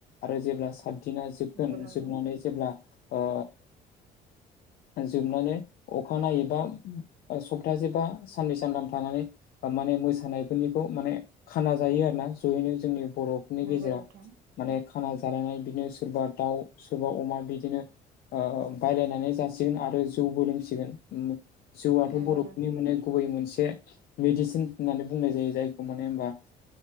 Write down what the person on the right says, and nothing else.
नंगौ नोंथां
नंगौ
नोंथां
नंगौ
नोंथां